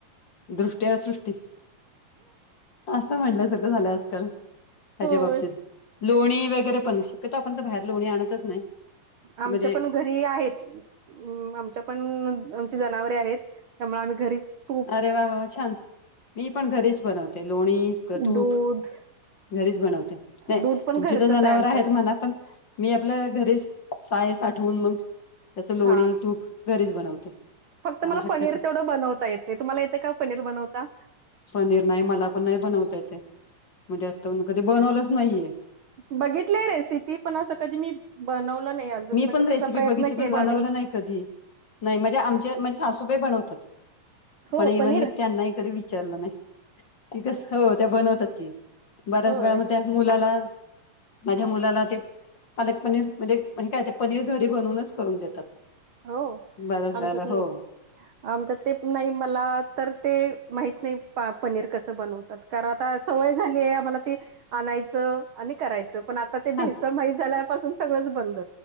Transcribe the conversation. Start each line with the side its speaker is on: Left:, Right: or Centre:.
Left: दृष्ट्या सृष्टी असं म्हटल्यासारखं झालं आजकाल. ह्याच्या
Right: होय
Left: बाबतीत लोणी वगैरे पण शक्यतो आपण त बाहेर लोणी आणतच नाही.
Right: आमच्या
Left: म्हणजे
Right: पण घ- हे आहेत अं आमच्या पण आमची जनावरे आहेत त्यामुळे आम्ही घरीच- तूप
Left: अरे वा वा वा छान मी पण घरीच बनवते लोणी क तुप.
Right: दूध
Left: घरीच बनवते नाय
Right: दूध पण
Left: तुमची
Right: घरचंच
Left: त जनावर
Right: आहे आमचं
Left: आहेत म्हणा पण- मी आपल्या घरीच साय साठवून मग त्याच लोणी
Right: हा
Left: तूप घरीच बनवते.
Right: फक्त
Left: त्यामुळे
Right: मला पनीर
Left: शक्यतो
Right: तेवढं बनवता येत नाही तुम्हाला येते का पनीर बनवता.
Left: पनीर नाही मला पण नाही बनवता येते म् त्यातुन कधी बनवलंच नाहीये.
Right: बघितलेय रेसिपी पण असं कधी मी बनवलं नई अजून
Left: मी
Right: म्हणजे
Left: पण रेसिपी
Right: तसा प्रयत्न
Left: बघितली पण
Right: केला
Left: बनवलं
Right: नई.
Left: नाही कधी नाई म्हजे आमचे माई सासु- हुबे बनवतात.
Right: हो
Left: पण इव्हन
Right: पनीर
Left: मी त्यांनाई कधी विचारलं नाई, ते कस. हो, त्या बनवतात की, बऱ्याच
Right: होय
Left: वेळा म त्या मुलाला माझ्या मुलाला ते, पालक पनीर म्हजे म काय ते पनीर घरी बनवूनच करून देतात.
Right: हो,
Left: बऱ्याच
Right: आमच्यातन्,
Left: वेळेला हो
Right: आमच्या ते नाही मला तर ते, माहित नाही पा, पनीर कसं बनवतात. कारण आता सवय झालीया आम्हाला ती आणायचं आणि करायचं, पण आता ते
Left: हा
Right: भेसळ माहीत झाल्यापासून सगळंच बंद.